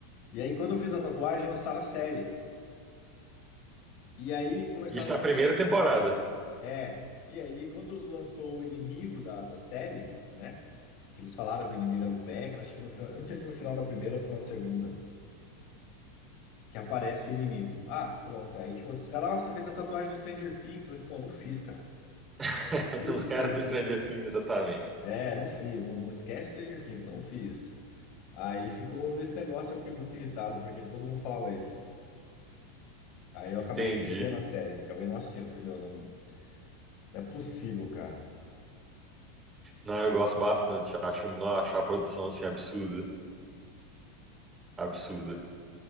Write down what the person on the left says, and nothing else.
E aí quando eu fiz a tatuagem, lançaram a série. E aí começaram.
É. E aí quando lançou o inimigo da, da série, né? Que eles falaram que o inimigo era o Vecna, acho que no final. Eu não sei se é no final da primeira ou final da segunda. Que aparece o inimigo. Ah, pronto. Aí, tipo, os caras, nossa, você fez a tatuagem do Stranger Things. Eu falei, pô, não fiz, cara.
Isso,
Stranger
É, não fiz. Não, não esquece Stranger Things, não fiz. Aí ficou nesse negócio, eu fiquei muito irritado, porque todo mundo falava isso. Aí eu
acabei vendo a série, acabei não assistindo. Falei, meu, não, não é possível, cara.